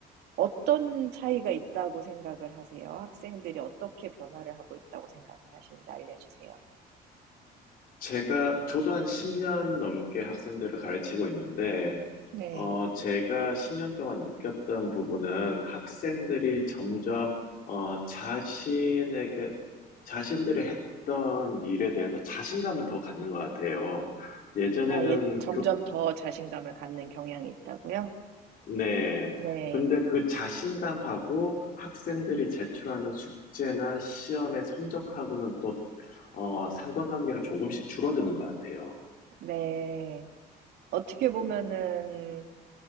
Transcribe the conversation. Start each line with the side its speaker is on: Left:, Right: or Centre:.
Right: 어떤 차이가 있다고 생각을 하세요? 학생들이 어떻게 변화를 하고 있다고 생각을 하시는지 알려 주세요.
Left: 제가, 저도 한 10년 넘게 학생들을 가르치고 있는데,
Right: 네.
Left: 어, 제가 10년 동안 느꼈던 부분은 학생들이 점점, 어, 자신에게, 자신들이 했던 일에 대해서 자신감을 더 갖는 것 같아요. 예전에는
Right: 아, 예, 점점
Left: 교,
Right: 더 자신감을 갖는 경향이 있다고요?
Left: 네.
Right: 네,
Left: 근데 그 자신감하고 학생들이 제출하는 숙제나 시험의 성적하고는 또, 어, 상관관계가 조금씩 줄어드는 것 같아요.
Right: 네. 어떻게 보면은